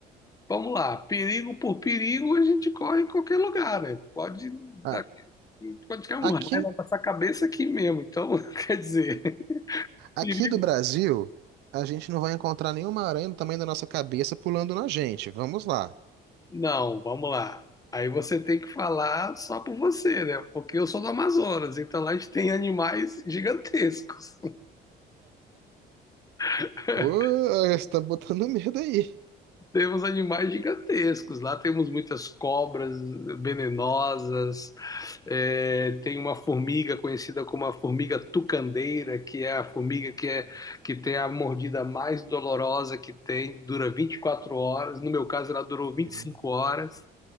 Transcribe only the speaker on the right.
Ah,
aqui,
aqui
do Brasil, a gente não vai encontrar nenhuma aranha do tamanho da nossa cabeça pulando na gente. Vamos lá.
Ô, você tá botando medo aí.
Cre-